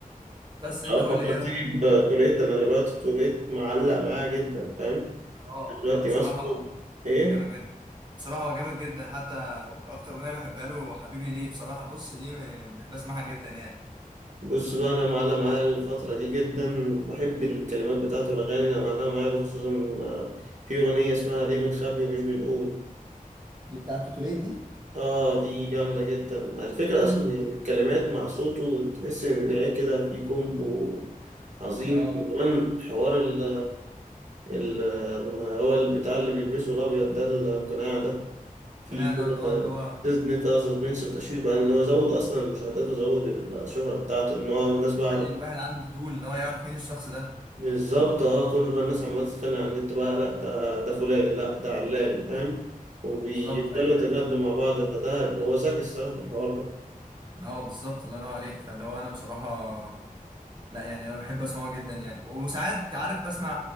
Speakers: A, on the right; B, on the right.
A: بس انت
B: آه
A: قول
B: فكرتني
A: لي ايه رايك
B: بتوليت أنا دلوقتي توليت معلق معايا جدا فاهم؟
A: اه
B: دلوقتي
A: بصراحه
B: ماسكه إيه؟
A: جامد جدا بصراحه هو جامد جدا حتى اكتر اغنيه بحبها له حبيبي ليه بصراحه بص دي بحب اسمعها جدا يعني
B: بص بقى أنا معلق معايا الفترة دي جدا وبحب الكلمات بتاعته الأغاني اللي معلقة معايا خصوصا آه، في أغنية اسمها ليه بنخبي ومش بنقول
A: دي بتاعت توتوليت دي
B: اه دي جامدة جدا الفكرة
A: غالبا
B: أصلا إن الكلمات مع صوته تحس إن هي كده في كومبو عظيم
A: اه
B: كمان حوار ال ال ال- هو البتاع اللي بيلبسه الأبيض ده القناع ده في
A: القناع
B: كده
A: ده اه اللي هو
B: نتا سسبنس وتشويق بقى إن هو زود أصلا المشاهدات وزود الشهرة بتاعته إن هو الناس بقى
A: بيخلي
B: عارفة
A: الواحد عنده فضول اللي هو يعرف مين الشخص ده
B: بالظبط اه كل بقى الناس عمالة تتخانق على النت بقى لأ ده ده فلان لأ ده علان فاهم وبيفضلوا
A: بالظبط ايوه
B: يتجادلوا مع بعض فده هو ذكي الصراحة في الحوار ده
A: اه بالظبط الله ينور عليك فاللي هو انا بصراحه لا يعني انا بحب اسمعه جدا يعني وساعات عارف بسمع